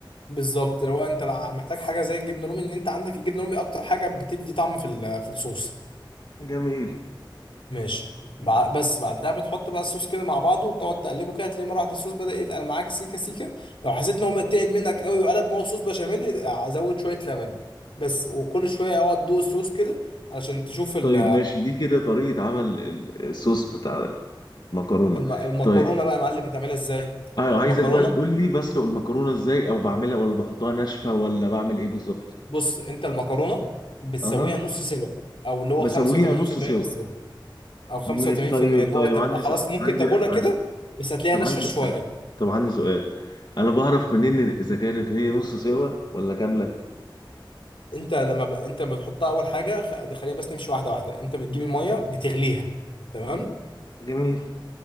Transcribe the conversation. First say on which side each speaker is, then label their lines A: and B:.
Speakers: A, on the left; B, on the left.
A: بالظبط لو انت محتاج حاجه زي الجبنه الرومي ان انت عندك الجبنه الرومي اكتر حاجه بتدي طعم في ال- في الصوص
B: جميل
A: ماشي بع- بس بعدها بتحط بقى الصوص كده مع بعضه وتقعد تقلبه كده تلاقي مره واحده الصوص بدأ يتقل معاك سيكه سيكه لو حسيت ان هو تقل منك قوي وقلب ان هو صوص بشاميل ازود شويه لبن بس وكل شويه اقعد دوق الصوص كده علشان تشوف ال-
B: طيب ماشي دي كده طريقه عمل ال- الصوص بتاع المكرونه
A: الم- المكرونه
B: طيب
A: بقى يا معلم هتعملها ازاي
B: اه عايزك
A: المكرونه
B: بقى تقول لي بسلق المكرونه ازاي او بعملها ولا بحطها ناشفه ولا بعمل ايه بالظبط
A: بص انت المكرونه بتسويها
B: اها
A: نص سوا او اللي هو
B: بسويها
A: 85%
B: نص سوا
A: من السوا او 85%
B: مش طيب
A: اللي
B: طيب
A: هو تبقى
B: عندي
A: خلاص
B: س...
A: ممكن
B: عندي
A: تاكلها كده
B: عن-
A: بس هتلاقيها
B: طب
A: ناشفه
B: عندي
A: شويه
B: طب عندي سؤال انا بعرف منين اذا كانت هي نص سوا ولا كامله
A: انت لما ب... انت لما بتحطها اول حاجه خ... خلينا بس نمشي واحده واحده انت بتجيب الميه بتغليها تمام
B: جميل